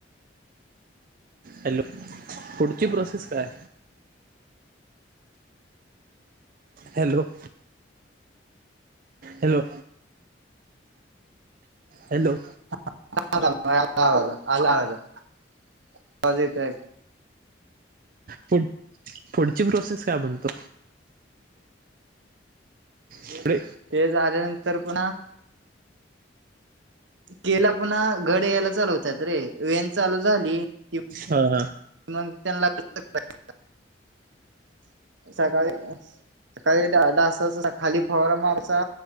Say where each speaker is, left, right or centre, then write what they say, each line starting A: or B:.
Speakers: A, on the right; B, on the right.
A: हॅलो पुढची प्रोसेस काय, हॅलो? Hello hello!
B: <unintelligible> आवाज येत का,
A: पु पुढची प्रोसेस काय म्हणतो. पुढे
B: ते झा आल्यानंतर पुन्हा केळीला पुन्हा घड यायला चालू होतात, रे व्हॅन चालू झाली. कि
A: हा हा.
B: मग त्यांना <unintelligible> सकाळी सकाळी, डासाचा खाली फवरा मारचा.